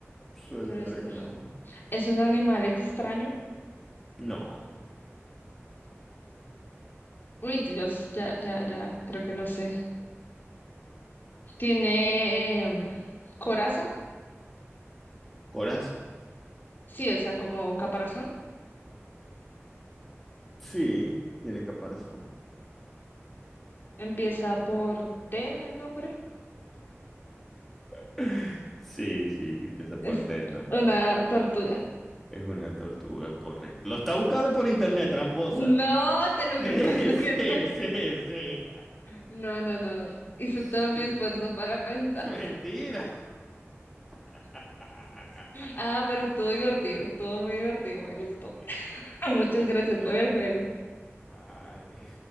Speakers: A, in the centre; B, on the left.
A: suele
B: Suele
A: estar
B: estar.
A: en el agua.
B: Es un animal extraño.
A: No,
B: Uy, Dios, ya, ya, ya, creo que no sé. Tiene em, coraza,
A: coraza.
B: sí, o sea, como caparazón.
A: Sí, tiene caparazón.
B: Empieza por T el nombre.
A: <laughs> Sí, sí, que empieza por
B: Es
A: T, el
B: una tortuga.
A: Es una tortuga, correcto. Lo está buscando por internet, tramposa.
B: No,
A: <laughs>
B: te lo
A: Sí,
B: <laughs> prometo
A: sí,
B: que no.
A: sí, sí.
B: No, no, no. no. Hice
A: Sí.
B: todo mi esfuerzo para pensar.
A: Mentira. <laughs>
B: Ah, pero estuvo divertido, estuvo muy divertido, me gustó.
A: Sí,
B: <laughs>
A: está
B: Muchas gracias
A: bien, está
B: por
A: bien.
B: el juego.
A: Vale.